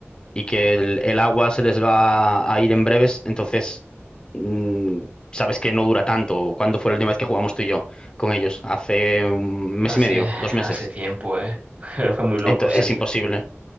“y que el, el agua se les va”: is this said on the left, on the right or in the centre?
Left